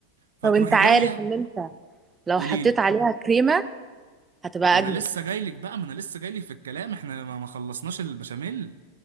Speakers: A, on the right; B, on the right.
A: فتروحي
B: طب انت عارف
A: جايه
B: ان انت لو
A: قولي
B: حطيت
A: لي
B: عليها كريمة هتبقى
A: ما
B: أجمل
A: انا لسه جاي لك بقى ما انا لسه جاي لك في الكلام احنا ما ما خلصناش البشاميل